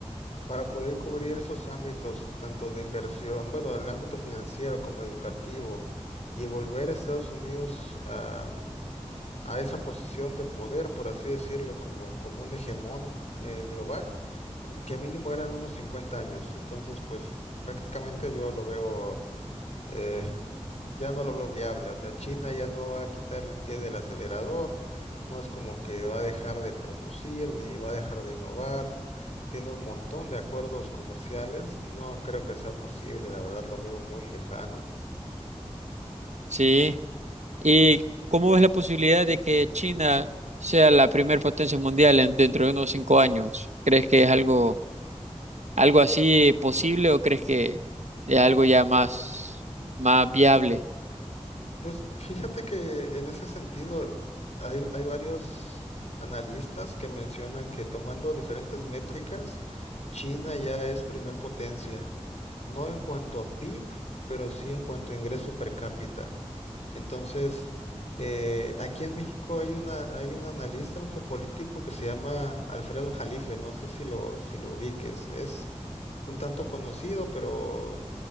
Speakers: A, on the left; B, on the right.
A: Para poder cubrir esos ámbitos, tanto de inversión, bueno, el ámbito financiero como educativo, y volver a Estados Unidos a, a esa posición de poder, por así decirlo, como, como un hegemón eh, global, que mínimo eran unos 50 años. Entonces, pues prácticamente yo lo veo eh, ya no lo veo viable. O sea, China ya no va a quitar el pie del acelerador, no es como que va a dejar de producir ni va a dejar de innovar. Tiene un montón de acuerdos comerciales, no creo que sea posible, la verdad lo veo muy lejano.
B: Sí. ¿Y cómo ves la posibilidad de que China sea la primer potencia mundial en- dentro de unos cinco años? ¿Crees que es algo, algo así posible o crees que es algo ya más, más viable?
A: Pues fíjate que en ese sentido hay, hay varios analistas que mencionan que tomando diferentes métricas, China
B: Ujú.
A: ya es primer potencia, no en cuanto a PIB, pero sí en cuanto a ingreso per cápita. Entonces, eh, aquí en México hay una, hay un analista, un geopolítico que se llama Alfredo Jalife, no sé si lo, si lo ubiques, es un tanto conocido, pero